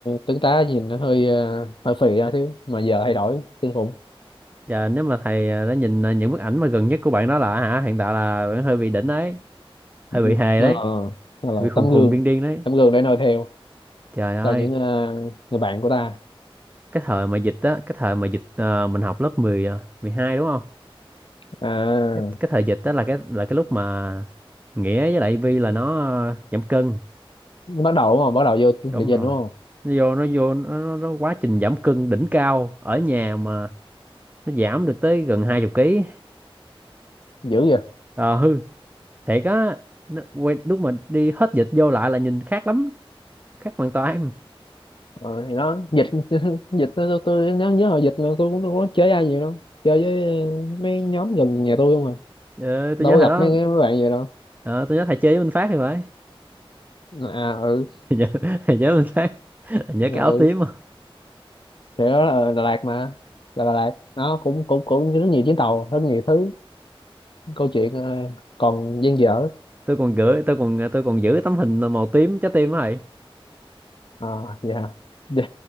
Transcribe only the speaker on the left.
tướng tá nhìn nó hơi ờ, hơi phì ra thiếu mà giờ thay đổi kinh khủng
Ừ.
nó
là, nó
là một
tấm
gương
tấm gương để noi theo
cho những ờ, người bạn của ta
à
nó bắt đầu đúng không bắt đầu vô
địa trình
đúng không
dữ vậy
Ờ, thì nó dịch <laughs> dịch tôi, tôi nhớ nhớ hồi dịch là tôi cũng không có chơi ai nhiều đâu chơi với ờ, mấy nhóm gần nhà tôi không à
đâu
có
gặp
mấy mấy bạn vậy đâu
à ừ
ừ
thì đó là Đà Lạt mà là Đà Lạt nó cũng cũng cũng rất nhiều chuyến tàu rất nhiều thứ câu chuyện ờ, còn dang dở
à, vậy hả Dạ,